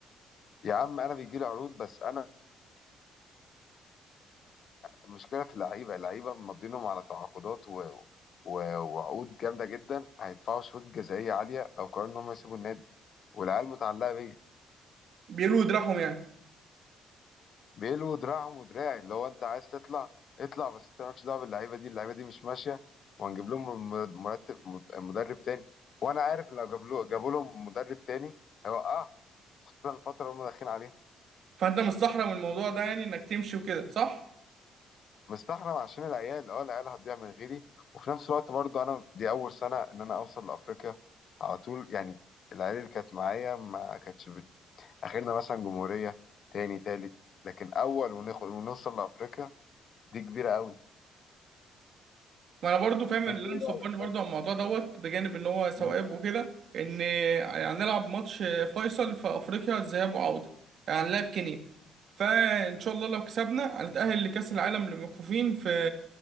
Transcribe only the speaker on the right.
بيقولوا يدرعهم يعني
فانت مستحرم الموضوع ده يعني انك تمشي وكده صح
وانا برضو فاهم اللي
انا
مصبرني برضو
على الموضوع دوت بجانب ان هو سواقب
وكده ان هنلعب ماتش فيصل في افريقيا ذهاب وعودة يعني هنلعب كينيا فان شاء الله لو كسبنا هنتأهل لكأس العالم للمكفوفين في